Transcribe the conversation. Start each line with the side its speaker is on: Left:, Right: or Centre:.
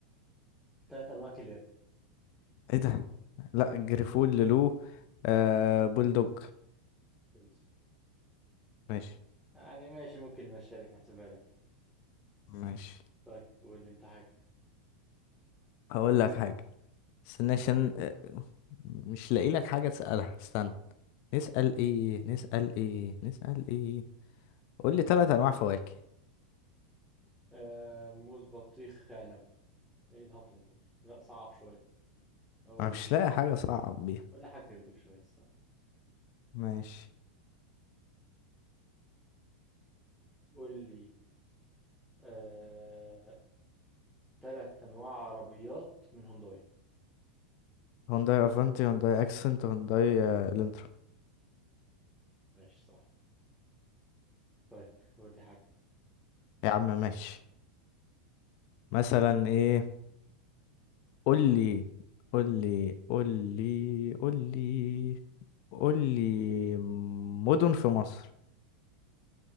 Centre: تلات أنواع كلاب
Left: ايه ده لا جريفول لولو آه بولدوج
Centre: خلصت.
Left: ماشي
Centre: يعني ماشي ممكن نمشيها لك نحسبها لك يعني
Left: ماشي
Centre: طيب قول لي أنت حاجة
Left: هقول لك حاجة استنى عشان آه، مش لاقي لك حاجة تسألها استنى نسأل ايه نسأل ايه نسأل ايه قول لي ثلاث انواع فواكه
Centre: آه، موز بطيخ عنب إيه الهطل ده لا صعب شوية أقول
Left: انا مش
Centre: لك مثلا
Left: لاقي حاجة
Centre: حاجة كريتيف
Left: صعب بيها
Centre: ولا حاجة كريتيف شوية استنى
Left: ماشي
Centre: قول لي آه، تلات أنواع عربيات من هونداي
Left: هونداي افنتي هونداي اكسنت هونداي آه، الانترا
Centre: ماشي صح طيب قول لي حاجة
Left: يا عم ماشي مثلا ايه قول لي قول لي قول لي قول لي قول لي مدن في مصر